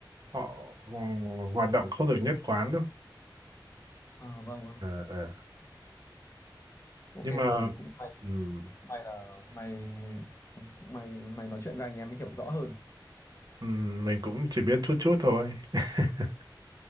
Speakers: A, on the right (about 55°); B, on the left (about 35°).
A: họ ờ, hoạt động không được nhất quán đâu
B: à, vâng vâng
A: Ờ, ờ.
B: ok
A: nhưng mà
B: thôi thì cũng may,
A: ừm,
B: may là hôm nay cũng may hôm nay nói chuyện với anh em mới hiểu rõ hơn
A: ừm, mình cũng chỉ biết chút chút thôi <laughs>